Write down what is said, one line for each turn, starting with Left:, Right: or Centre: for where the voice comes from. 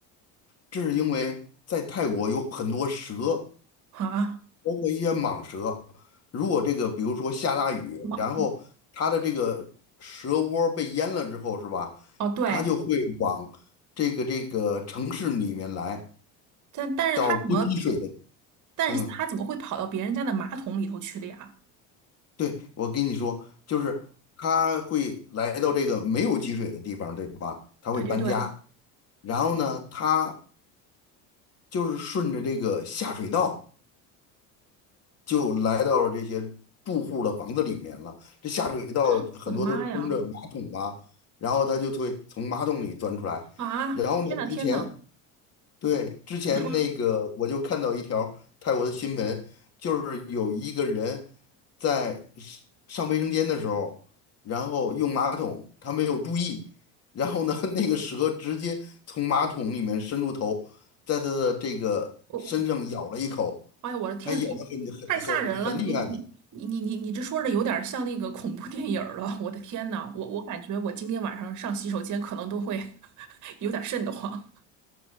Left: 这是因为在泰国有很多蛇，
Right: 啊？
Left: 包括一些蟒蛇，如果这个比如说下大雨，
Right: 马
Left: 然后它的这个蛇窝被淹了之后，是吧？
Right: 哦，对，
Left: 它就会往这个这个城市里面来，
Right: 但但是他怎么，
Left: 到不积水的，
Right: 但是他怎么会跑到别人家的马桶里头去的呀？
Left: 嗯，对，我跟你说，就是它会来到这个没有积水的地方，对吧？它会搬家，
Right: 对对对，
Left: 然后呢，它就是顺着这个下水道。就来到了这些住户的房子里面了。这下水道很多都是通着马桶吧，
Right: 嗯，我的妈呀！
Left: 然后它就会从马桶里钻出来。
Right: 啊，
Left: 然后呢，
Right: 天呐天呐，
Left: 之前对，之前那个我就看到一条泰国的新闻，
Right: 你说。
Left: 就是有一个人在上上卫生间的时候，然后用马桶，他没有注意，然后呢，<laughs> 那个蛇直接从马桶里面伸出头，在他的这个身上咬了一口，
Right: 我我。哎呀，我的天，
Left: 还咬得很很很很厉害呢。
Right: 你太吓人了！你你你你你你这说的有点像那个恐怖电影儿了。我的天呐，我我感觉我今天晚上上洗手间可能都会 <laughs> 有点瘆得慌。